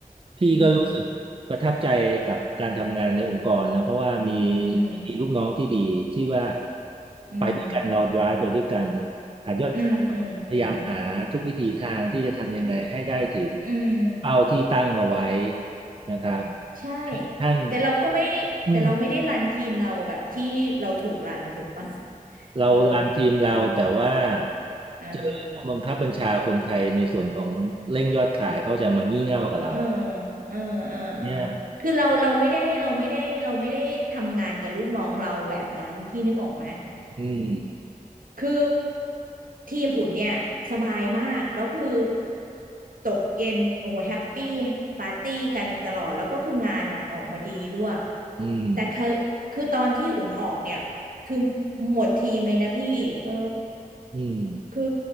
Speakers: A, on the right (about 40°); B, on the right (about 70°).
A: พี่ก็รู้สึกประทับใจกับการทำงานในองค์กรนะเพราะว่ามี
B: อืมอืม
A: มีลูกน้องที่ดีที่ว่า
B: อืม
A: ไปด้วยกันเรา drive ไปด้วยกันหายอดขายพยายามหาทุกวิธีทางที่จะทำยังไงให้ได้ถึง
B: อืมอืมอืมอืม
A: เป้าที่ตั้งเอาไว้นะครับ
B: ใช่
A: แม้กระทั่ง
B: แต่เราก็ไม่แต่เราไม่ได้รันทีมเราแบบที่เราถูกรันถูกปะ
A: อืม
B: <laughs>
A: เรารันทีมเราแต่ว่า
B: เอออ่า
A: เจอผู้บังคับบัญชาคนไทยในส่วนของเร่งยอดขายเขาจะมางี่เง่ากับเรา
B: เออเออเออเออ
A: เนี่ย
B: คือเราเราไม่ได้เราไม่ได้เราไม่ได้ทำงานกับลูกน้องเราแบบนั้นพี่นึกออกไหม
A: อืม
B: คือทีมอุ่นเนี่ยสบายมากแล้วคือตกเย็นโอ้โหแฮปปี้ปาร์ตี้กันตลอดแล้วก็คืองานอ่ะออกมาดีด้วย
A: อืม
B: แต่คือคือตอนที่อุ่นออกเนี่ยคือหมดทีมเลยนะพี่เออ
A: อืม
B: คือ